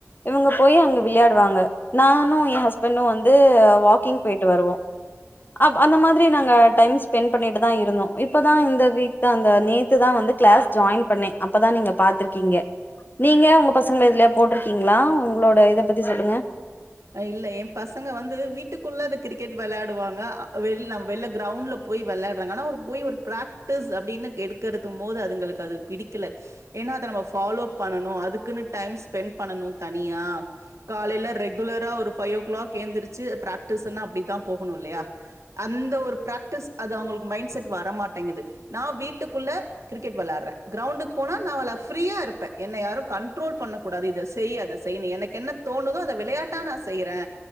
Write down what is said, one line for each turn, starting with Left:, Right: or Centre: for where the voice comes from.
Left: இவ்ங்க போய் அங்க வெளையாடுவாங்க நானு என் ஹஸ்பண்ட்டோ வந்து வாக்கிங் போயிட்டு வருவோ அ அந்த மாத்ரி நாங்க டைம் ஸ்பெண்ட் பண்ணிட்டு தா இருந்தோ இப்பதா இந்த வீக் தா அந்த நேத்து தா வந்து கிளாஸ் ஜாயின் பண்ணே அப்பதா நீங்க பாத்திருக்கீங்க நீங்க உங்க பசங்கள எதுலய போட்ருக்கீங்களா உங்களோட இத பத்தி சொல்லுங்க
Right: இல்ல என் பசங்க வந்து வீட்டுக்குள்ள அது கிரிக்கெட் வெளயாடுவாங்க வெள்ள வெள்ள கிரௌண்ட்ல போய் வெளாட்றாங்க ஆனா ஒரு போய் ஒரு பிராக்டிஸ் அப்டின்னு எடுக்கற்து போது அதுங்களுக்கு அது பிடிக்கல ஏன்னா அத நம்ம பாலோப் பண்ணனு அதுக்குன்னு டைம் ஸ்பென் பண்ணனு தனியா காலையில ரெக் குலரா ஒரு ஃபைவ் ஓ கிளாக் எந்துர்ச்சு பிராக்டிஸூன்னா அப்டிதா போகணு இல்லயா அந்த ஒரு பிராக்டிஸ் அது அவுங்ளுக்கு மைண்ட் செட் வர மாட்டேங்கிது நா வீட்டுக்குள்ள கிரிக்கெட் வெளாற்ற கிரௌண்டுக்கு போனா நா ஃப்ரீயா இருப்ப என்ன யாரு கண்ட்ரோல் பண்ண கூடாது இத செய்ய அத செய்யுணு எனக்கு என்ன தோணுதோ அத விளையாட்டா நா செய்றே